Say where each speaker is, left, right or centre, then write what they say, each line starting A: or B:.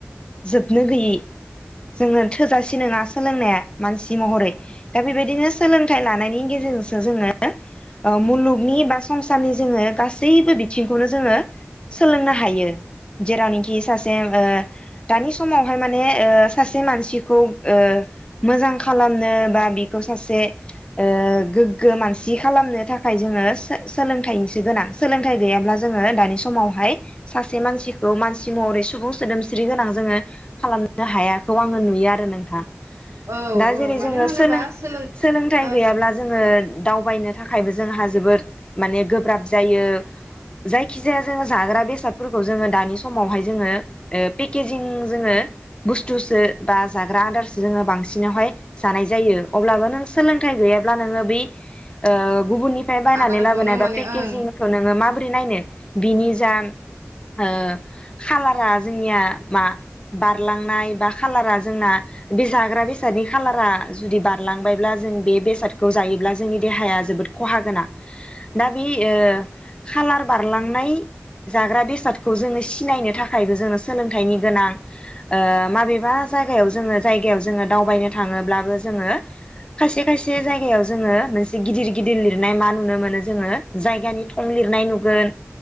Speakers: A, on the left; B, on the right.
A: जोबनो गैयै जोंनो थोजासे नोङा सोलोंनाया मानसि महरै दा बेबायदिनो सोलोंथाइ लानायनि गेजेरजोंसो जोङो ओ मुलुगनि बा संसारनि जोङो गासैबो बिथिंखौनो जोङो सोलोंनो हायो जेरावनोखि सासे ओ दानि समावहाय माने ओ सासे मानसिखौ ओ मोजां खालामनो बा बिखौ सासे ओ गोग्गो मानसि खालामनो थाखाय जोङो सो-सोलोंथाइनिसो गोनां सोलोंथाइ गैयाब्ला जोङो दानि समावहाय सासे मानसिखौ मानसि महरै सुबुं सोदोमस्रि गोनां ज जोङो खालामनो हायाखौ आङो नुयो आरो नोंथां।
B: औ
A: दा
B: औ
A: जेरै
B: मानो
A: जोङो
B: होनोबा
A: सोलों सोलोंथाइ
B: ओ
A: गैयाब्ला जोङो। दावबायनो थाखायबो जोंहा जोबोद माने गोब्राब जायो जायखि जाया जोङो जाग्रा बेसादफोरखौ जोङो दानि समावहाय जोङो ओ पिक केजिं जोङो बुस्थुसो बा जाग्रा आदारसो जोङो बांसिनावहाय जानाय जायो अब्लाबो नों सोलोंथाइ गैयाब्ला नोङो बै ओ गुबुननि फ्राय बायनानै
B: आदारखौनो
A: लाबोनाय
B: माने
A: बापेकेजिंखोौ
B: ओं
A: नोङो माबोरै नायनो बिनि जा ओ खालारा जोंनिया मा बारलांनाय बा खालारा जोंना बे जाग्रा बेसादनि खालारा जुदि बारलांबायब्ला जों बे बेसादखौ जायोब्ला जोंनि देहाया जोबोद खहा गोनां दा बे ओ खालार बारलांनाय जाग्रा बेसादखौ जोङो सिनायनो थाखायबो जोङो सोलोंथाइनि गोनां ओ माबेबा जायगायाव जोङो जायगायाव जोङो दावबायनो थाङोब्लाबो जोङो खायसे खायसे जायगायाव जोङो मोनसे गिदिर गिदिर लिरनाय मा नुनो मोनो जोङो जायगानि थं लिरनाय नुगोन।